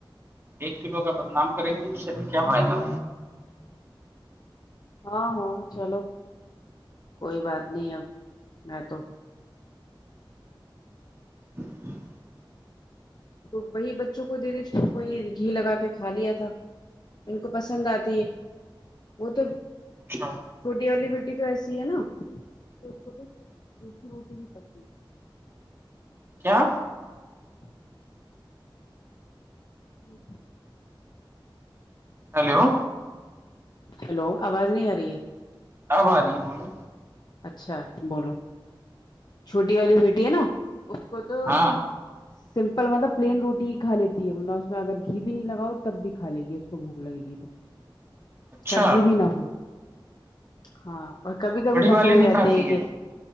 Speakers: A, on the right; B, on the left.
A: ایک کلو کا بدنام کریں گے اس سے بھی کیا فائدہ
B: ہاں ہاں چلو کوئی بات نہیں اب میں تو
A: <inaudible>
B: تو وہی بچوں کو دے دی تھی وہی گھی لگا کے کھا لیا تھا ان کو پسند آتی ہے وہ تو
A: اچھا
B: چھوٹی والی بیٹی تو ایسی ہے نا کہ اس کو تو روٹی بھی پسند ہے
A: کیا
B: <inaudible> <inaudible>
A: ہیلو
B: ہیلو آواز نہیں آ رہی ہے
A: اب آ رہی ہے بولو
B: اچھا بولو چھوٹی والی بیٹی ہے نا اس کو تو
A: ہاں
B: سمپل مطلب پلین روٹی کھا لیتی ہےنا اس میں اگر گھی بھی نہیں لگاؤ تب بھی کھ لے گی اس کو بھوک لگ گی تو
A: اچھا
B: سبزی بھی نہ ہو ہاں اور کبھی کبھی
A: بڑی
B: نخرے
A: والی نہیں
B: رہتے
A: کھاتی
B: ہیں کہ
A: ہے